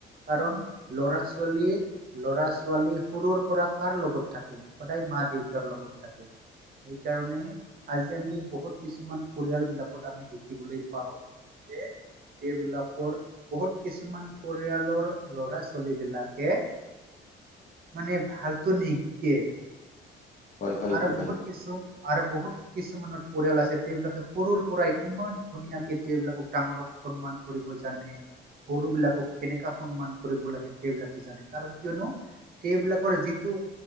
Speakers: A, on the right; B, on the left.
A: কাৰণ ল'ৰা চলি ল'ৰা ছোৱালী সৰুৰ পৰা কাৰ লগত থাকে, সদায় মা দেউতাৰ লগত থাকে্ সেইকাৰণে আজি আমি বহুত কিছুমান পৰিয়াল বিলাকত আমি দেখিবলৈ পাওঁ। যে তেওলাকৰ বহুত কিছুমান পৰিয়ালৰ ল'ৰা ছোৱালী বিলাকে। মানে ভালতো নিশিকে।
B: হয় হয় এইটো
A: আৰু
B: হয়
A: বহুত কিছু আৰু বহুত কিছুমানৰ পৰিয়াল আছে, তেওঁবিলাকে সৰুৰ পৰাই ইমান ধুনীয়াকে তেওঁবিলাকক ডাঙৰক সন্মান কৰে। কৰিব জানে, সৰু
B: হয়
A: বিলাকক
B: হয়
A: কেনেকা। সন্মান কৰিব লাগে তেওঁলোকে জানে, কাৰণ কিয়নো তেওঁলোকে যিটো